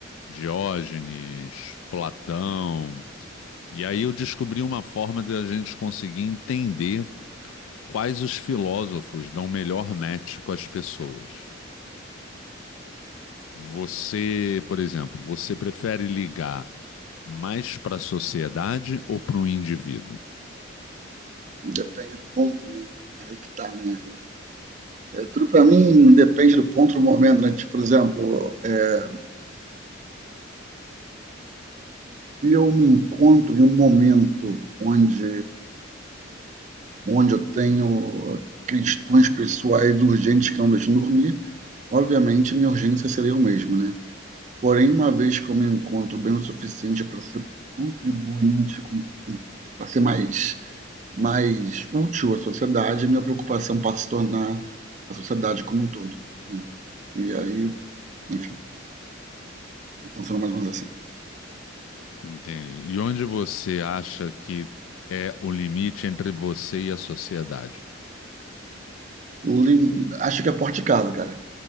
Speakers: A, on the left; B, on the right.
A: Diógenes, Platão, e aí eu descobri uma forma de a gente conseguir entender quais os filósofos dão melhor match com as pessoas. Você, por exemplo, você prefere ligar mais para a sociedade ou para o indivíduo?
B: depende do ponto, né? Aí que tá, né? É, tudo pra mim depende do ponto do momento, né? Tipo, por exemplo, é, se eu me encontro em um momento onde, onde eu tenho questões pessoais urgentes que não deixam dormir, obviamente minha urgência seria eu mesmo, né? Porém, uma vez que eu me encontro bem o suficiente para ser contribuinte, para ser mais, mais útil à sociedade, minha preocupação passa a se tornar a sociedade como um todo. Né? E aí, enfim, funciona mais ou menos assim.
A: Entendi. E onde você acha que é o limite entre você e a sociedade?
B: Lim- Acho que é a porta de casa, cara.